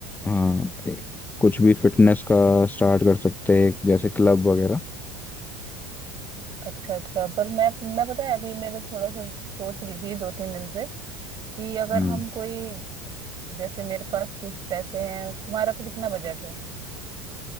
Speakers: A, on the left (about 15°); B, on the right (about 35°).
A: हाँ एक, कुछ भी फिटनेस का स्टार्ट कर सकते हैं जैसे क्लब वगैरह
B: अच्छा अच्छा पर मैं मैं पता है अभी मेरे थोड़ा सा सोच रही थी दो तीन दिन से कि अगर
A: हम्म
B: हम कोई जैसे मेरे पास कुछ पैसे हैं तुम्हारा पे कितना बजट है